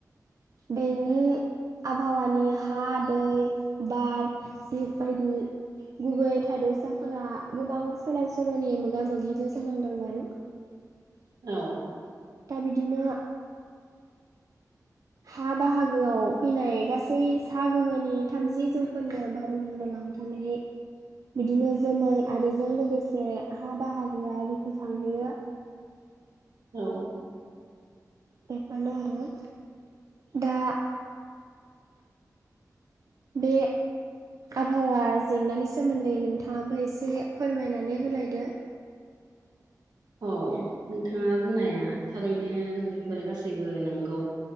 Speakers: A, on the right (about 55°); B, on the right (about 80°).
A: बेनि आबहावानि हा दै बार जिब बायदि गुबै थादोरसाफोरा गोबां सोलाय सोल'नि मोगा मोगिबो जानांदोंमोन
B: औ
A: दा बिदिनो हा बाहागोआव फैनाय गासै सा गोहोनि थामजि जौखोन्दो बार'मण्डलाव थारमाने बिदिनो जोमै आरिजों लोगोसे हा बाहागोआ रिखिखांहोयो
B: औ
A: बेफोरनो आरो दा बे आबहावा जेंनानि सोमोन्दै नोंथाङाबो एसे फोरमायनानै होलायदो।
B: औ नोंथाङा बुंनाया थारैनो बेफोर गासैबो नंगौ